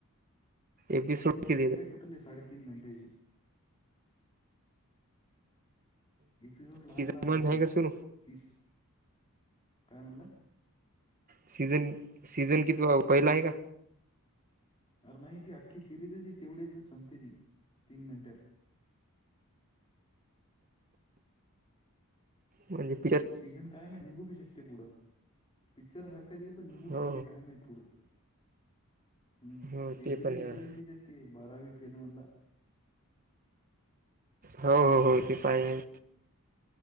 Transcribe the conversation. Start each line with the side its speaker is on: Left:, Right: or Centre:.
Right: एपिसोड
Left: तीन
Right: किती
Left: घंटे
Right: येत
Left: टोटल आहे साडे तीन घंटेचीी एपिसोड लहान
Right: सीझन
Left: लहान
Right: वन
Left: आहेत
Right: आहे
Left: त्याची
Right: का सुरू
Left: तीस काय म्हणलं
Right: सीझन सीझन किती पहिला आहे का
Left: अरे नाही ती अख्खी सिरीजच ती तेवढेच संपते ती तीन घंट्यात
Right: म्हणजित
Left: सीझन कायम आहे निघू बी शकते पुढं पिक्चर सारखंच आहे पण निघू
Right: हो
Left: शकते कायम आहे पुढं हम्
Right: हो
Left: ती
Right: ते
Left: हवी
Right: पण आहे
Left: हिरोईन
Right: मला
Left: तिच्या त बारावी फिल्मधला
Right: हो हो हो ते पाय आहे